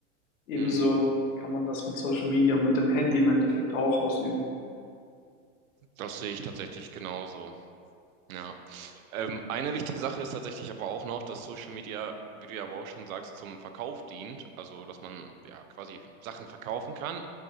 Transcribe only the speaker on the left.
Ebenso
kann man das mit Social Media und mit dem Handy im Endeffekt auch ausüben.